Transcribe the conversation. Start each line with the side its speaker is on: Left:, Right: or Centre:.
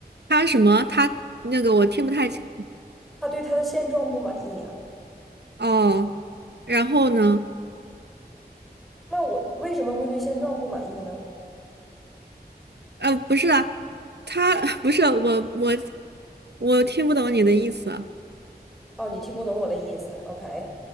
Right: 他什么？他那个我听不太清。
Centre: 他对他的现状不满意呀、
Right: 哦，然后呢？
Centre: 那我为什么会对现状不满意呢？
Right: 呃，不是啊，他 <laughs> 不是我，我我听不懂你的意思。
Centre: 哦，你听不懂我的意思，OK，